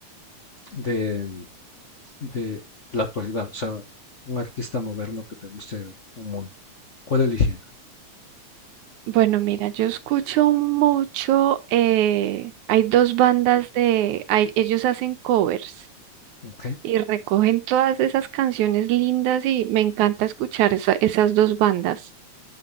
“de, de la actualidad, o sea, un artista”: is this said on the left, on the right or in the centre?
Left